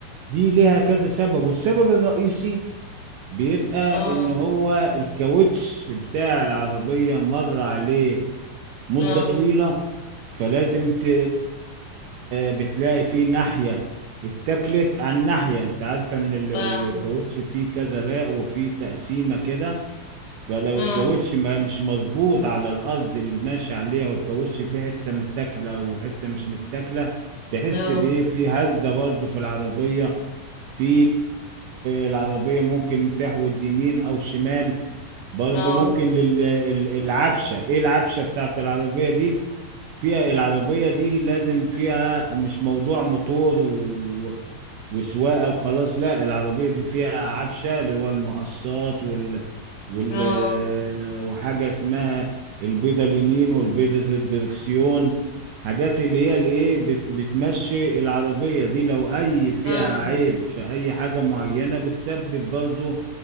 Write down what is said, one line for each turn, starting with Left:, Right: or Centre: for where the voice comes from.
Right: دي ليها كذا سبب والسبب الرئيسي بيبقى
Left: اه
Right: ان هو الكاوتش بتاع العربية مر عليه مدة
Left: اه
Right: طويلة فلازم ت... بتلاقي في ناحية اتكلت عن ناحية انت عارفة ان ال-
Left: فاهم
Right: ال- الكاوتش فيه كذا راق وفيه تقسيمة كده فلو
Left: اه
Right: الكاوتش ما مش مظبوط على الارض اللي ماشي عليها والكاوتش فيه حتة متاكلة وحتة مش متاكلة تحس
Left: نو
Right: بايه في هزة برضو في العربية في العربية ممكن تحود يمين او شمال برضو
Left: اه
Right: ممكن للعفشة ايه العفشة بتاعت العربية دي فيها العربية دي لازم فيها مش موضوع موتور و... وسواقة وخلاص لا العربية دي فيها عفشة اللي هو المقصات وال... وال...
Left: اه
Right: وحاجة اسمها البيضة اليمين والبيضة الدركسيون حاجات اللي هي الايه بت... بتمشي العربية دي لو اي فيها
Left: فاهم
Right: عيب في اي حاجة معينة بتسبب برضو